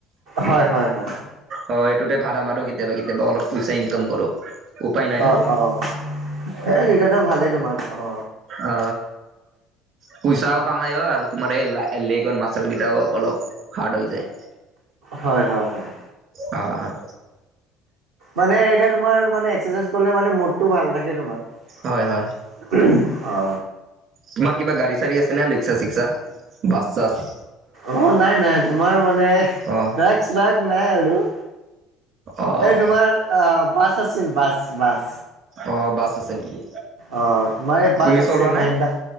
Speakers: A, on the right; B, on the right.
A: হয়- হয়- হয়।
B: হয় এইটোতে ভাড়া মাৰো কেতিয়াবা- কেতিয়াবা অলপ পইচা ইনকাম কৰো। উপায় নাই
A: অ',
B: আৰু
A: অ', সে -সেতুটো ভালেই তোমাৰ অ।
B: অ, পোইচা পামাই অ, আৰু তোমাৰ এই লেগৰ মাচাল কেদাও অলপ হাৰ্ড হৈ যায়।
A: হয়- হয় -হয়।
B: অ', অ',
A: মানে এতিয়া তোমাৰ মানে এক্সৰচাইজ ক'লে মানে মুডটো ভাল লাগে তোমাৰ
B: হয় হয়
A: অ।
B: তোমাৰ কিবা গাড়ী- চাড়ী আছেনে ৰিক্সা- চিক্সা বাছ -চাচ?
A: অ, নাই -নাই তোমাৰ মানে,
B: অ'
A: ট্ৰাক- শ্ৰাক নাই আৰু।
B: অ'
A: এই তোমাৰ আহ বাছ আছিল বাছ -বাছ।
B: অ, বাছ আছে নেকি?
A: অ, তোমাৰ এ বাছ
B: তুমি
A: আছিল
B: চলবানে
A: মহেন্দ্ৰা-